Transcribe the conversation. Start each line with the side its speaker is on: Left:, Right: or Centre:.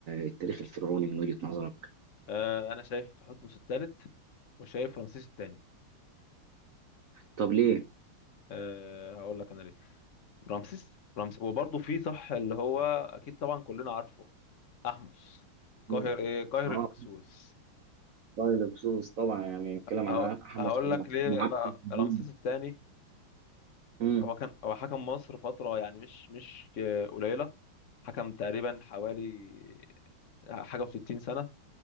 Right: التاريخ الفرعوني من وجهه نظرك
Left: آه، انا شايف تحتمس الثالث وشايف رمسيس الثاني
Right: طب ليه؟
Left: أه هقول لك انا ليه رمسيس رمسيس وبرضه في صح اللي هو اكيد طبعا كلنا عارفه احمس
Right: مم.
Left: قاهر ايه قاهر
Right: اه
Left: الهكسوس
Right: طيب بخصوص طبعا يعني بنتكلم
Left: ه-
Right: عن حمص
Left: هقول لك ليه
Right: ومعبد
Left: بقى
Right: الدين
Left: رمسيس الثاني
Right: امم
Left: هو كان هو حكم مصر فترة يعني مش مش آه، قليلة حكم تقريبا حوالي حاجة و60 سنة